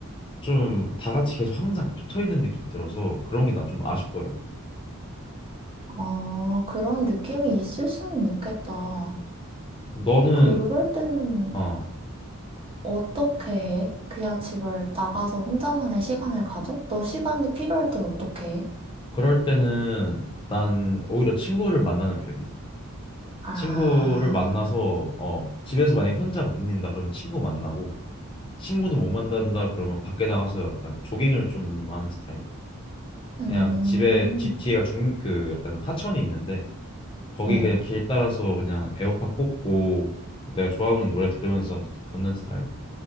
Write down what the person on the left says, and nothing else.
좀 다 같이 계속 항상 붙어 있는 느낌 들어서 그런 게 난 좀 아쉽더라고.
너는
어
그럴 때는 난 오히려 친구를 만나는 편이야.
친구를 만나서 어 집에서 만약에 혼자 못 있는다 그러면 친구 만나고 친구도 못 만난다 그러면 밖에 나가서 약간 조깅을 좀 하는 스타일.
그냥 집에 집 뒤에가 중 그 약간 하천이 있는데 거기
그냥 길 따라서 그냥 에어팟 꽂고 내가 좋아하는 노래 들으면서 걷는 스타일.